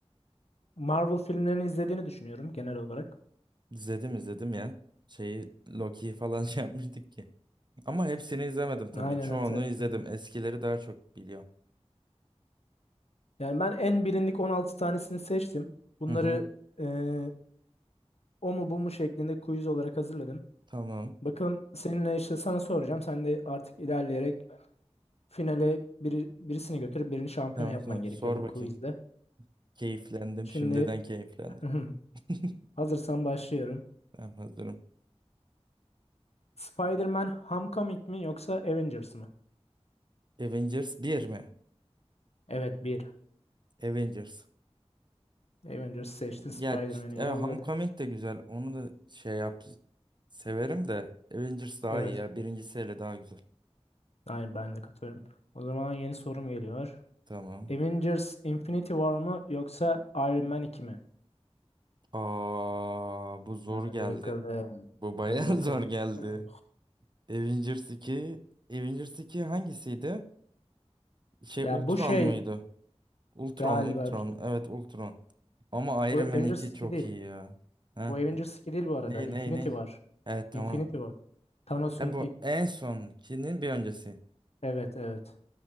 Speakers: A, on the left (about 70°); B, on the right (about 45°).
A: Marvel filmlerini izlediğini düşünüyorum genel olarak.
B: İzledim izledim ya. Şeyi Loki'yi falan <laughs> şey yapmıştık ki. Ama hepsini izlemedim tabii.
A: Aynen
B: Çoğunu
A: hatırlıyorum.
B: izledim. Eskileri daha çok biliyorum.
A: Yani ben en bilindik 16 tanesini seçtim. Bunları
B: Hı hı.
A: eee, o mu bu mu şeklinde quiz olarak hazırladım.
B: Tamam.
A: Bakalım seninle işte sana soracağım. Sen de artık ilerleyerek finale biri, birisini götürüp birini şampiyon
B: Tamam
A: yapman
B: tamam.
A: gerekiyor
B: Sor
A: bu
B: bakayım.
A: quizde.
B: Keyiflendim.
A: Şimdi
B: Şimdiden keyiflendim.
A: <laughs>
B: <laughs>
A: hazırsan başlıyorum.
B: Ben hazırım.
A: Spider-Man Homecoming mi yoksa Avengers mı?
B: Avengers bir mi?
A: Evet bir.
B: Avengers.
A: Avengers seçtin Spider-Man'i
B: Ya c- e,
A: yolladık.
B: Homecoming de güzel. Onu da şey yap. Severim de Avengers daha
A: Evet.
B: iyi ya. Birincisi hele daha güzel.
A: Yani ben de katılıyorum. O zaman yeni sorum geliyor.
B: Tamam.
A: Avengers Infinity War mı yoksa Iron Man 2 mi?
B: Aa, bu zor
A: Hadi
B: geldi.
A: bakalım.
B: Bu bayağı
A: Hadi bakalım.
B: <laughs> zor geldi.
A: Evet.
B: Avengers 2, Avengers 2 hangisiydi? Şey
A: Ya
B: Ultron
A: bu şey
B: muydu? Ultron,
A: galiba
B: Ultron. Evet, Ultron. Ama Iron
A: bu
B: Man
A: Avengers
B: iki
A: 2
B: çok
A: değil.
B: iyi ya. Ha?
A: Bu Avengers 2 değil bu arada.
B: Ney
A: Infinity
B: ney ney?
A: War.
B: Evet tamam.
A: Infinity War. Thanos'un
B: E bu
A: ilk
B: en sonkinin bir öncesi.
A: evet evet.